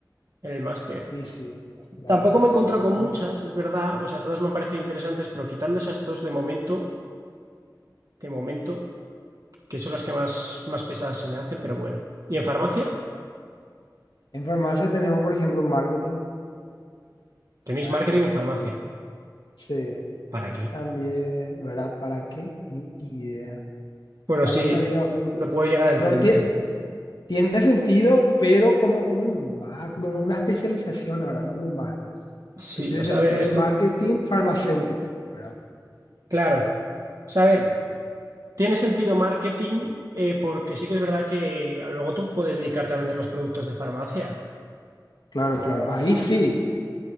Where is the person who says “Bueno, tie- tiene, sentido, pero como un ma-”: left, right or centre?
Left